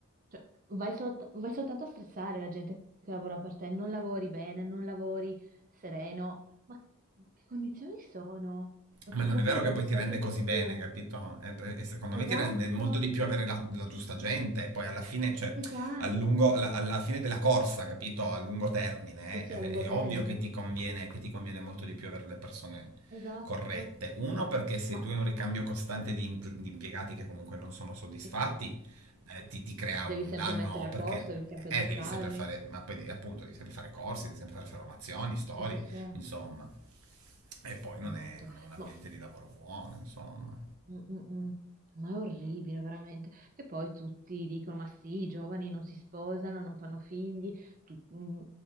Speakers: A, on the right; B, on the right.
A: Cioè, vai, sol- vai soltanto a stressare la gente che lavora per te, non lavori bene, non lavori sereno. Ma che condizioni sono? E
B: Ma
A: purtroppo
B: non è vero
A: lo
B: che
A: vedo
B: poi
A: sempre
B: ti rende così
A: di
B: bene,
A: più.
B: capito? E, e secondo me
A: Esatto,
B: ti rende molto di più avere la, la giusta gente, poi alla fine, cioè,
A: esatto.
B: a lungo- alla, alla fine della corsa, capito? A lungo termine,
A: Sì, sì,
B: eh,
A: a
B: è,
A: lungo
B: è
A: termine.
B: ovvio che ti conviene, che ti conviene molto di più avere le persone
A: Esatto.
B: corrette. Uno, perché se
A: Ma
B: tu hai un ricambio costante di, imp- di impiegati che comunque non sono soddisfatti,
A: sì.
B: eh, ti, ti crea
A: Devi
B: un
A: sempre
B: danno
A: metterli
B: perché...
A: a posto, devi sempre
B: eh,
A: addestrarli.
B: devi sempre fare, ma poi devi- appunto devi sempre fare corsi, devi sempre fare formazioni, storie,
A: Sì, sì, sì.
B: insomma. E poi non
A: Mado.
B: è, non è un ambiente
A: Ma,
B: di lavoro buono, insomma.
A: mm, mm, mm. Ma è orribile, veramente. Che poi tutti dicono: ma sì, i giovani non si sposano, non fanno figli. tu- mm.